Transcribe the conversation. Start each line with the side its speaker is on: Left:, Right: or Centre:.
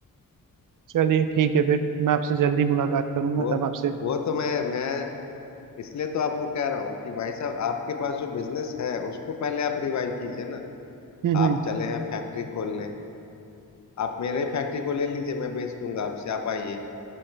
Right: चलिए ठीक है फिर मैं आपसे जल्दी मुलाकात करूंगा
Left: वो
Right: तब आपसे
Left: वो तो मैं मैं इसलिए तो आपको कह रहा हूँ कि भाई साहब आपके पास जो बिजनेस है उसको पहले आप रिवाइव कीजिए ना
Right: हम्म हम्म
Left: आप चले हैं फैक्ट्री खोलने आप मेरे ही फैक्ट्री को ले लीजिए मैं बेच दूंगा आपसे आप आइए